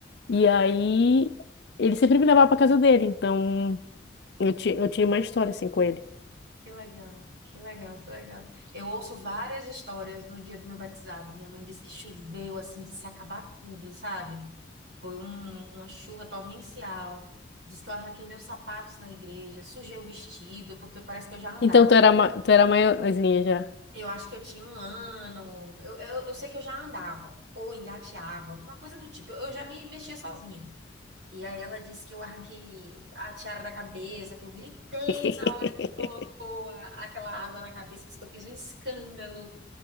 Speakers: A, on the left; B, on the right.
A: E aí, ele sempre me levava pra casa dele, então eu, ti, eu tinha uma história, assim, com ele.
B: Que legal, que legal, que legal. Eu ouço várias histórias do dia do meu batizado. Minha mãe disse que choveu assim de se acabar tudo, sabe? Foi um- uma chuva torrencial. Diz que eu arranquei meus sapatos na igreja, sujei o vestido, porque parece que eu já andava.
A: Então, tu era, ma- tu era maiorzinha já.
B: Eu acho que eu tinha um ano. Eu, eu, eu sei que eu já andava, ou engateava, alguma coisa do tipo. Eu, eu já me mexia sozinha. E aí ela disse que eu arranquei a tiara da cabeça, que eu gritei
A: <laughs>
B: na hora que colocou a- aquela água na cabeça, disse que eu fiz um escândalo,